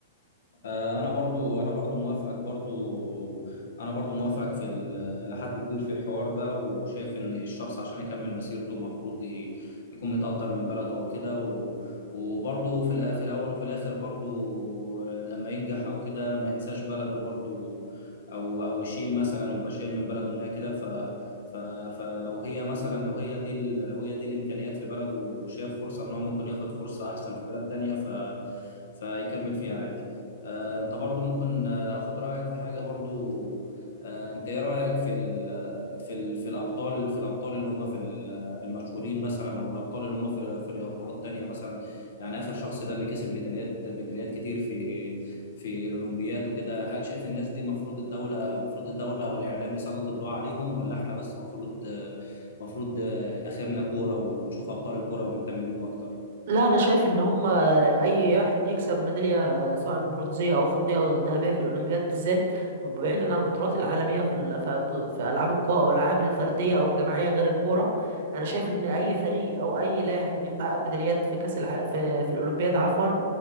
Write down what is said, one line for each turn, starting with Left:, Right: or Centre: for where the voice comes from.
Left: آه، انا برضو انا برضو موافقك برضو انا برضو موافقك في ال- لحد كبير في الحوار ده وشايف ان الشخص عشان يكمل مسيرته المفروض ي- يكون متقدر من بلده او كده و- وبرضو في الأ- في الاول وفي الاخر برضو لما ينجح او كده ما ينساش بلده برضو او او يشيل مثلا يبقى شايل من بلده ان هي كده ف ف فلو هي مثلا لو هي دي ال- لو هي دي الامكانيات في بلده وشاف فرصة ان هو ممكن ياخد فرصة احسن في بلد تانية ف فيكمل فيها عادي آه، انت برضو ممكن آه، اخد رايك في حاجه برضو آه، انت ايه رايك في ال في ال في الابطال في الابطال اللي هم في ال- المشهورين مثلا او الابطال اللي هم في في رياضات تانية مثلا يعني اخر شخص ده اللي كسب ميداليات ميداليات كتير في في الاولمبيات وكده هل شايف الناس دي مفروض الدوله مفروض الدوله او الاعلام يسلط الضوء عليهم ولا احنا بس مفروض مفروض آه، اخرنا كوره ونشوف ابطال الكوره ونهتم بيهم اكتر
Right: لا انا شايف ان هم اي واحد بيكسب ميداليه سواء برونزيه او فضيه او ذهبيه في الاولمبياد بالذات بعيدا عن البطولات العالميه في ال- في في العاب القوى او الالعاب الفرديه او الجماعيه غير الكوره انا شايف ان اي فريق او اي لاعب بيحقق ميداليات في كاس الع... في في الاولمبياد عفوا